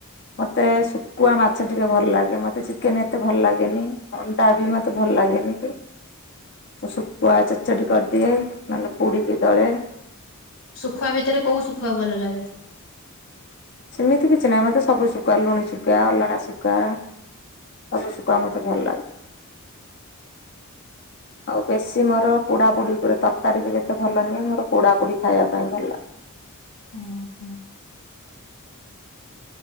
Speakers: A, on the left (about 50°); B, on the left (about 85°).
A: ମତେ ଶୁଖୁଆ ମାଛ ଟିକେ ଭଲ ଲାଗେ ମତେ ଚିକେନ ଏତେ ଭଲ ଲାଗେନି। ଅଣ୍ଡା ବି ମତେ ଭଲ ଲାଗେନି କି।
B: <inaudible>
A: ତ ଶୁଖୁଆ
B: ଆଚ୍ଛା।
A: ଚଡ଼ଚଡି କରିଦିଏ ନହେଲେ ପୁଡିକି ଦଳେ।
B: ଶୁଖୁଆ ଭିତରେ କୋଉ ଶୁଖୁଆ ଭଲ ଲାଗେ?
A: ସେମିତି କିଛି ନାହିଁ ମତେ ସବୁ ଶୁଖୁଆ ଲୁଣି ଶୁଖୁଆ ଅଲଣା ଶୁକ କୁଆ ସବୁ ଶୁକୁଆ ମତେ ଭଲ ଲାଗେ। ଆଉ ବେଶୀ ମୋର ପୋଡା ପୋଡି। ମୋର ତରକାରୀ ଯେତେ ଭଲ ନୁହେ ମୋର ପୋଡା ପୋଡି ଖାଇବା ପାଇଁ ଭଲ।
B: ଉ ହୁଁ।